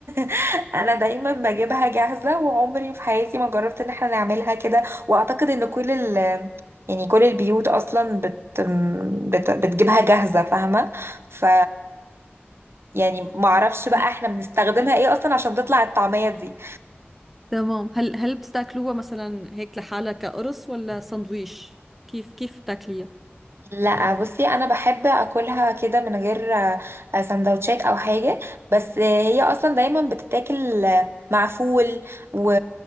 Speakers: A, on the right; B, in the centre.
A: <laughs> انا دايما بجيبها جاهزه وعمري في حياتي ما جربت ان احنا نعملها كده واعتقد ان كل ال يعني كل البيوت اصلا بت بت بتجيبها جاهزه فاهمه ف يعني ما اعرفش بقى احنا بنستخدمها ايه اصلا عشان تطلع الطعميه دي
B: تمام هل هل بتاكلوها مثلا هيك لحالها كقرص ولا سندويش كيف كيف بتاكليها
A: لا بصي انا بحب اكلها كده من غير آه، آه، سندوتشات او حاجه بس آه، هي اصلا دايما بتتاكل آه، مع فول و...